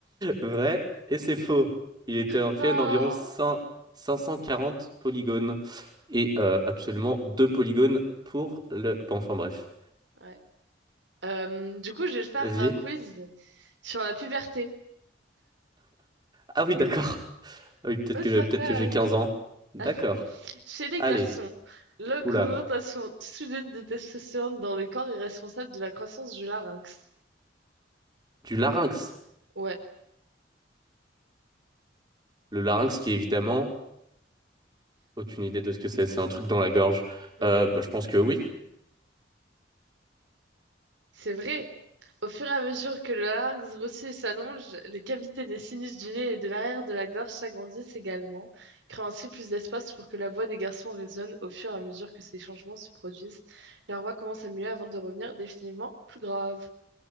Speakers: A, on the right; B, on the right.
A: Vrai. Et c'est faux. Il était
B: Non!
A: fait d'environ 5 540 polygones. Et euh, absolument deux polygones pour le... Bon, enfin bref.
B: Ouais. Euh, du coup, je vais te faire
A: Vas-y.
B: un quiz sur la puberté.
A: Ah oui, d'accord. Ah Oui, peut-être
B: Masterclass!
A: que, peut-être que j'ai 15 ans. D'accord.
B: <laughs> Chez les
A: Allez.
B: garçons, l'augmentation
A: Oula.
B: soudaine de testostérone dans le corps est responsable de la croissance du larynx.
A: Du larynx.
B: Ouais,
A: Le larynx qui est évidemment... Aucune idée de ce que c'est. C'est un truc dans la gorge.
B: oui.
A: Euh, bah, je pense que oui.
B: C'est vrai. Au fur et à mesure que le larynx grossit et s'allonge, les cavités des sinus du nez et de l'arrière de la gorge s'agrandissent également, créant ainsi plus d'espace pour que la voix des garçons résonne. Au fur et à mesure que ces changements se produisent, leur voix commence à muer avant de revenir définitivement plus grave.